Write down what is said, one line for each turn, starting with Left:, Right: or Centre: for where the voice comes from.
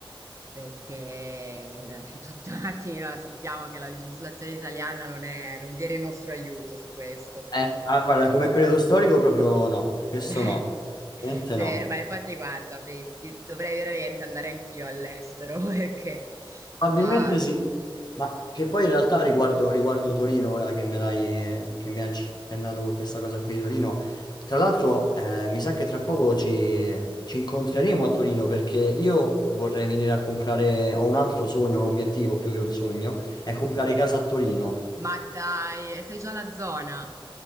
Right: perché eh, tutta la mattina sappiamo che la legislazione italiana non è- non viene in nostro aiuto su questo.
Left: Eh, ah, guarda, come periodo storico proprio no, questo
Right: <laughs>
Left: no, veramente
Right: Vero,
Left: no.
Right: ma infatti guarda, vi- vi- dovrei veramente andare anch'io all'estero <laughs> perché
Left: Probabilmente
Right: qua...
Left: sì, Ma che poi in realtà riguardo, riguardo Torino, ora che me l'hai, che mi hai accennato con questa cosa qui di Torino, tra l'altro eh, mi sa che tra poco ci, ci incontreremo a Torino perché io vorrei venire a comprare, ho un altro sogno, un obiettivo più che un sogno, è comprare casa a Torino.
Right: Ma dai, eh, sei già alla zona?